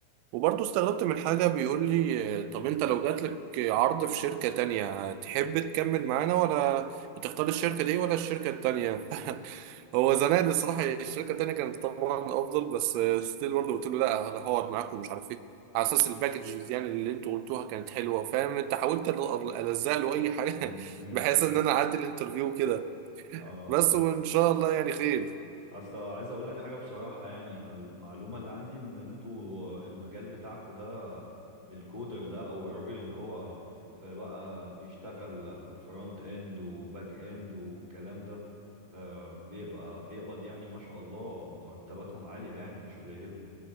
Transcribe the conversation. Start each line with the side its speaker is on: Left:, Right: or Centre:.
Right: وبرضه استغربت من حاجة بيقول لي طب انت لو جاتلك عرض في شركة تانية تحب تكمل معانا ولا تختار الشركة دي ولا الشركة التانية <laughs> هو زمان الصراحة الشركة التانية كانت طبعا أفضل بس ستيل برضه قلت له لا هحاول معاكم ومش عارف ايه على أساس الباكجز يعني اللي انتوا قلتوها كانت حلوة فاهم انت حاولت أل- ألزق له أي حاجة
Left: مم،
Right: <laughs>
Left: مم.
Right: بحيث إن أنا أعدي الانترفيو كده
Left: اه
Right: بس وإن شاء الله يعني خير
Left: اصل عايز اقول لك حاجه بصراحه يعني انا المعلومه اللي عندي ان انتوا المجال بتاعكوا ده الكودر ده او الراجل اللي هو فبقى بيشتغل فرونت اند وباك اند والكلام ده آه، بيبقى بيقبض يعني ما شاء الله مرتباتهم عاليه يعني مش قليله